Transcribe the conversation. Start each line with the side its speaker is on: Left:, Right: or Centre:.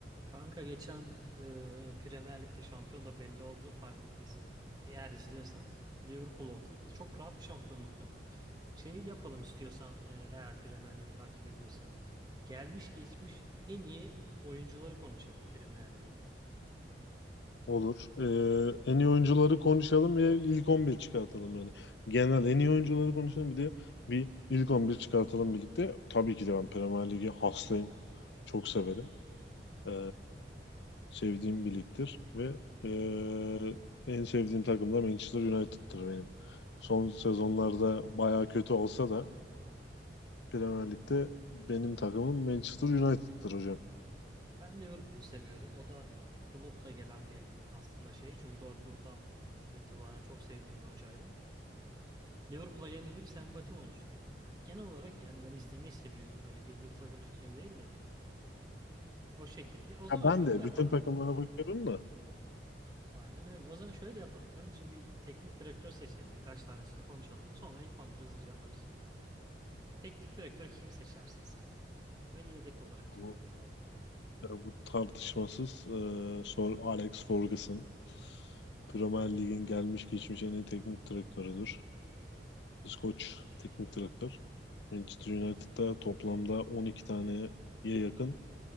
Right: Kanka geçen e, Premier Lig'de şampiyon da belli oldu fark ettiysen. Eğer izliyorsan Liverpool oldu. Çok rahat bir şampiyonluktu. Şey yapalım istiyorsan e, eğer Premier Lig'i takip ediyorsan. Gelmiş geçmiş en iyi oyuncuları konuşalım Premier Lig'e.
Left: Olur. Ee, en iyi oyuncuları konuşalım ve ilk 11 çıkartalım yani. Genel en iyi oyuncuları konuşalım bir de bir ilk 11 çıkartalım birlikte. Tabii ki de ben Premier Lig'e hastayım. Çok severim. Ee, sevdiğim bir ligdir ve ee, en sevdiğim takım da Manchester United'tır benim. Son sezonlarda baya kötü olsa da Premier Lig'de benim takımım Manchester United'tır hocam.
Right: Ben Liverpool'u seviyorum. O da Klopp'la gelen bir aslında şey. Çünkü Dortmund'dan itibaren çok sevdiğim bir hocaydı. Liverpool'a gelince de bir sempatim oluştu. Genel olarak yani ben izlemeyi seviyorum. Öyle belli bir takım tutayım değil de. O şekilde. O zaman
Left: Ya ben
Right: şöyle
Left: de
Right: yapalım.
Left: bütün takımlara bakıyorum da
Right: Aynen öyle. O zaman şöyle yapalım. Önce bir teknik direktör seçelim. Birkaç tanesini konuşalım. Sonra ilk 11'i hızlıca yaparız. Teknik direktör kimi seçersin sen? Ve yedek olarak kim
Left: bu
Right: olur falan.
Left: E, bu tartışmasız e, Sor Alex Ferguson. Premier Lig'in gelmiş geçmiş en iyi teknik direktörüdür. İskoç teknik direktör. Manchester United'da toplamda 12 taneye yakın